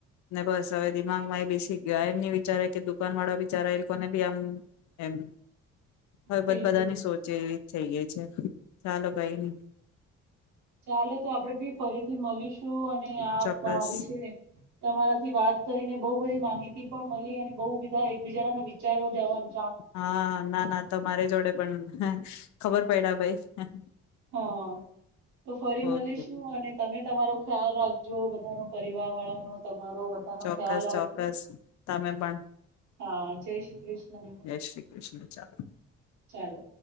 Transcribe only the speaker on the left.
ને બસ હવે દિમાગમાં એ બેસી ગાયુ એમની વિચારે કે દુકાન વાળા બીચારા એ લોકોને બી એમ એમ હવે
બધ બધાની સોચે થઈ ગઈ છે ચાલો કઈ નઈ
ચોક્કસ
હા ના ના તમારી જોડે પણ ખબર પડ્યા ભાઈ હા
ઓકે
ચોક્કસ
ચોક્કસ તમે પણ
જય શ્રી કૃષ્ણ ચાલો.